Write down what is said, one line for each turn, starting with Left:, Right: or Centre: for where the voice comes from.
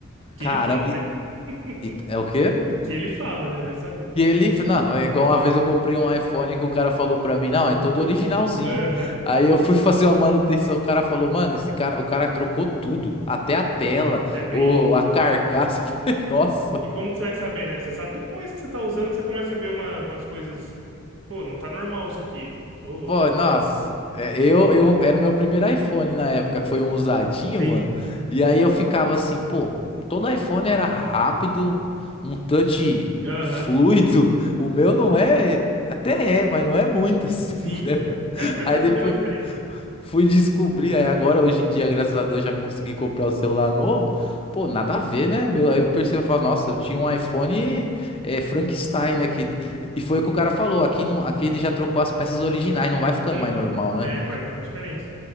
Right: Que
Left: Caramba.
Right: ele falou,
Left: E...
Right: né? <laughs>
Left: e- É o quê?
Right: Que ele fala, né? Vai saber.
Left: E ele, não, é igual uma vez eu comprei um iPhone que o cara falou pra mim, não, é todo originalzinho.
Right: Aham.
Left: Aí eu fui fazer uma manutenção, o cara falou, mano, esse cara, o cara trocou tudo, até a
Right: É
Left: tela,
Right: é bem
Left: o,
Right: isso.
Left: a carcaça. <laughs> Eu Falei, nossa,
Right: E como que você vai saber, né? Você sabe depois que você tá usando que você começa a ver uma- umas coisas. Pô, não tá normal isso aqui. Ô,
Left: pô,
Right: vai-
Left: nossa. É, eu, eu era o meu primeiro iPhone na época, que foi um usadinho,
Right: sim.
Left: mano. E aí eu ficava assim, pô, todo iPhone era rápido, um touch
Right: Aham.
Left: fluido. O meu não é, até é, mas não é muito assim,
Right: Sim.
Left: <laughs> né, mano?
Right: É, você vai
Left: Aí
Right: percebendo
Left: depois
Right: a diferença.
Left: Fui descobrir, aí agora hoje em dia, graças a Deus, já consegui comprar o celular novo. Pô, nada a ver, né? Meu- Aí eu percebo, eu falo, nossa, eu tinha um iPhone é, Frankenstein, né? Que... E foi o que o cara falou, aqui, não, aqui ele já trocou as peças originais, não vai ficando
Right: Uhum.
Left: mais normal, né?
Right: É, vai dando diferença.